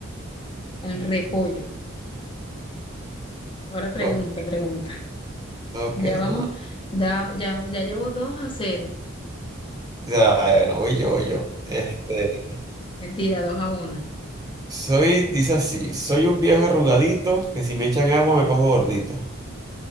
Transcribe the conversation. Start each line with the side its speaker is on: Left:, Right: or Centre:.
Left: el
Right: Mm,
Left: repollo. Ahora pregunta,
Right: o-
Left: pregunta.
Right: ok,
Left: Ya vamos,
Right: no. O
Left: da- ya, ya llevo dos a cero
Right: sea, bueno, voy yo, voy yo. Este,
Left: Mentira, dos a 1.
Right: soy, dice así, soy un viejo arrugadito que si me echan agua me pongo gordito.